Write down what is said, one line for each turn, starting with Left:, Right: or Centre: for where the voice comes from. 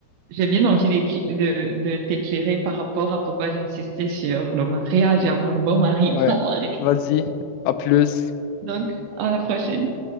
Right: j'ai bien envie d'écla- de, de t'éclairer par rapport à pourquoi j'ai insisté sur le mariage et avoir un bon mari, <laughs> un
Left: ouais,
Right: bon mari.
Left: vas-y, à plus.
Right: Donc, à la prochaine.